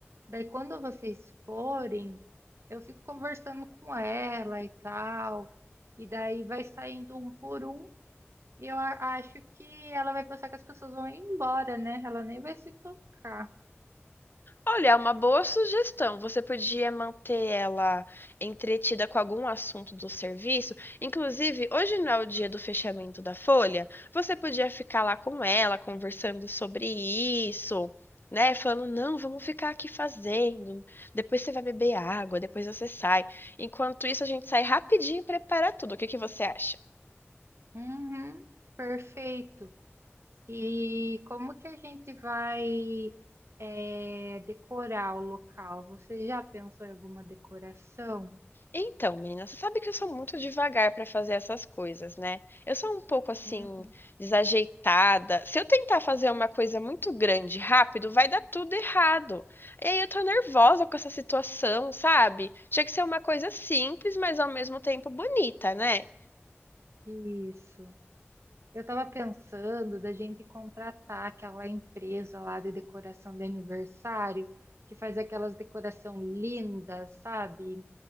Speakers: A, on the right; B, on the left.
A: Daí quando vocês forem, eu fico conversando com ela e tal, e daí vai saindo um por um, e eu a- acho que ela vai pensar que as pessoas vão embora, né? Ela nem vai se tocar.
B: Olha, é uma boa sugestão. Você podia manter ela entretida com algum assunto do serviço. Inclusive, hoje não é o dia do fechamento da folha. Você podia ficar lá com ela, conversando sobre isso, né? Falando, não, vamos ficar aqui fazendo. Depois você vai beber água, depois você sai. Enquanto isso, a gente sai rapidinho e prepara tudo. O que que você acha?
A: Uhum, perfeito. E como que a gente vai é, decorar o local? Você já pensou em alguma decoração?
B: Então, menina, você sabe que eu sou muito devagar para fazer essas coisas, né? Eu sou um pouco assim,
A: Uhum.
B: desajeitada. Se eu tentar fazer uma coisa muito grande rápido, vai dar tudo errado. E aí eu tô nervosa com essa situação, sabe? Tinha que ser uma coisa simples, mas ao mesmo tempo bonita, né?
A: Isso. Eu estava pensando da gente contratar aquela empresa lá de decoração de aniversário, que faz aquelas decoração lindas, sabe?